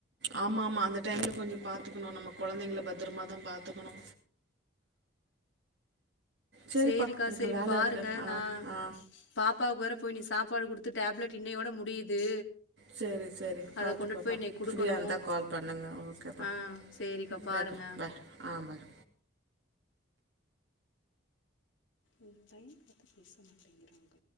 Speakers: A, on the right; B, on the left.
A: ஆமா ஆமா அந்த டைம்ல கொஞ்ச பாத்துக்கணு நம்ம கொழந்தைங்கள பத்ரமாதா பாத்துக்கணு சேரிப்பா
B: சேரிக்கா
A: எனக்கு
B: சேரி
A: வேல
B: பாருங்க
A: இருக்கு ஆ
B: நா
A: ஆ
B: பாப்பாவுக் வேற போயி நிஷ் சாப்பாடு குடுத்து டேப்லெட் இன்னையோட முடியுது
A: சரி சரி பாத்துக்கோப்பா,
B: அத கொண்டுட்டு போய் இன்னைக்கு குடுக்கணு
A: ஃப்ரியா இருந்தா கால் பண்ணுங்க, ஓகேப்பா
B: ஆ சேரிக்கா பாருங்க
A: லேக் பாய் ஆ பாய்
B: உ டைம் பாத்து பேச மாட்டேங்கிறாங்க